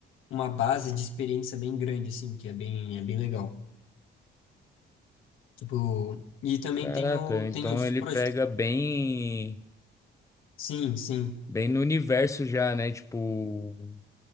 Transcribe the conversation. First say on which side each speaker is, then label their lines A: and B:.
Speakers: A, on the left; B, on the left.
A: uma base de experiência bem grande, assim, que é bem, é bem legal. Tipo, e também
B: Caraca,
A: tem, o,
B: então
A: tem os
B: ele
A: projetos.
B: pega bem,
A: Sim, sim.
B: bem no universo já, né? Tipo,